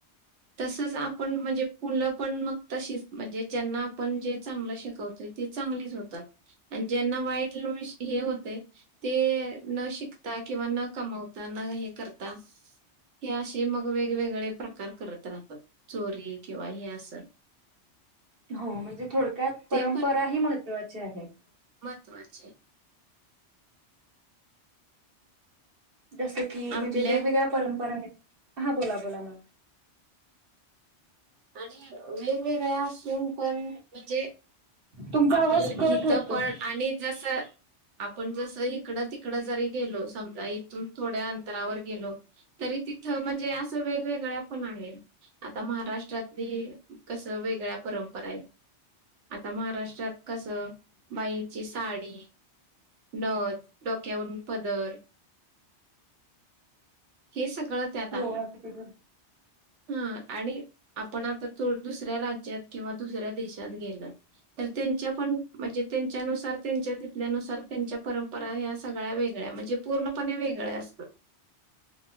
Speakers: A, on the right; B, on the right.
A: तसंच आपण म्हणजे मुलं पण मग तशीच म्हणजे ज्यांना आपण जे चांगलं शिकवतोय ते चांगलीच होतात आणि ज्यांना वाईट हे होतंय ते न शिकता किंवा न कमवता न हे करता हे असे मग वेगवेगळे प्रकार करत राहतात चोरी किंवा हे असं
B: हो म्हणजे थोडक्यात परंपरा
A: ते
B: ही महत्त्वाची आहे
A: त्वाचे
B: जसं की
A: आपल्या
B: म्हणजे वेगवेगळ्या परंपरा आहेत ह हा बोला बोला मॅम
A: आणि वेगवेगळ्या पण म्हणजे
B: तुमचा
A: आपण
B: आवाज कट
A: हिथं
B: होतो.
A: पण आणि जस आपण जसं इकडं तिकडं जरी गेलो समजा इथून थोड्या अंतरावर गेलो. तरी तिथ म्हणजे असं वेगवेगळ्या पण आहेत आता महाराष्ट्र हाली कसं वेगळ्या परंपरा आहेत आता महाराष्ट्रात कस बाईची साडी नथ डोक्यावरून पदर हे सगळं त्यात
B: हो
A: आलं
B: अगदी बरोबर.
A: हा आणि आपण आताो दुसऱ्या राज्यात किंवा दुसऱ्या देशात गेल तर त्यांच्या पण म्हणजे त्यांच्यानुसार त्यांच्या त्यानुसार त्यांच्या परंपरा ह्या सगळ्या वेगळ्या म्हणजे पूर्णपणे वेगळ्या असतात.